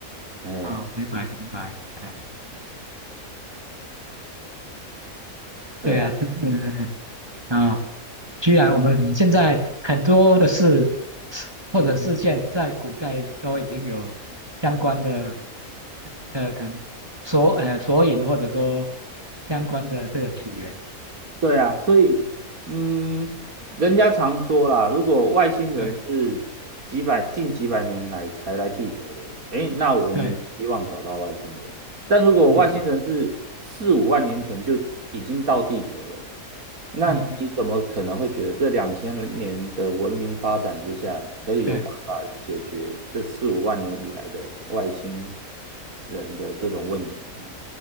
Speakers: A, on the right; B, on the right.
A: 哎，
B: 哦，明白明白，哎，
A: 对啊。
B: 对啊，这嗯。啊，居然我们嗯现在很多的事或者事件，在古代都已经有相关的呃，可能索呃索引或者说相关的这个起源。
A: 对啊，所以，嗯，人家常说啦，如果外星人是几百近几百年来才来地球的，
B: 对
A: 诶，那我们有希望找到外星人。
B: 对，
A: 但如果外星人是四五万年前就已经到地球了，
B: 嗯
A: 那你怎么可能会觉得这两千年的文明发展之下，
B: 嗯嗯，
A: 可以有办法解决这四五万年以来的外星
B: 对，
A: 人的这种问题呢？